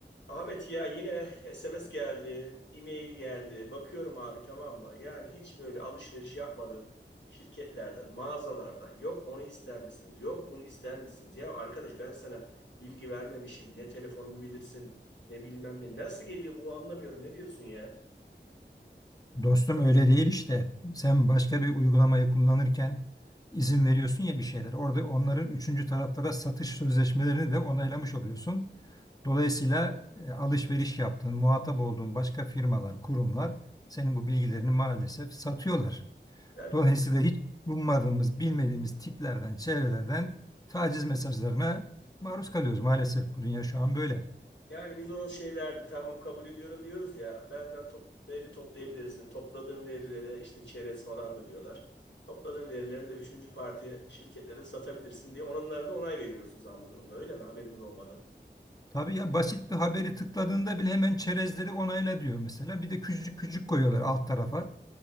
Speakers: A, on the left; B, on the left.
A: Ahmet ya yine SMS geldi, e-mail geldi. Bakıyorum abi tamam mı? Yani hiç böyle alışveriş yapmadım. Şirketlerden, mağazalardan. Yok onu ister misiniz? Yok bunu ister misiniz? Ya arkadaş ben sana bilgi vermemişim. Ne telefonumu bilirsin, ne bilmem ne. Nasıl geliyor bu anlamıyorum. Ne diyorsun ya?
B: Dostum öyle değil işte. Sen başka bir uygulamayı kullanırken izin veriyorsun ya bir şeyler. Orada onların üçüncü taraflara satış sözleşmelerini de onaylamış oluyorsun. Dolayısıyla e, alışveriş yaptığın, muhatap olduğun başka firmalar, kurumlar senin bu bilgilerini maalesef satıyorlar.
A: Ben
B: Dolayısıyla hiç ummadığımız, bilmediğimiz tiplerden, çevrelerden taciz mesajlarına maruz kalıyoruz. Maalesef bu dünya şu an böyle.
A: Yani biz o şeylerde tamam kabul ediyorum diyoruz ya benden top, veri toplayabilirsin. Topladığın verilere işte çerez falan da diyorlar. Topladığın verileri de üçüncü parti şirketlere satabilirsin diye onlara da onay veriyoruz o zaman bu durumda öyle mi? Haberimiz olmadan.
B: Tabii ya basit bir haberi tıkladığında bile hemen çerezleri onayla diyor mesela. Bir de küçücük küçük koyuyorlar alt tarafa.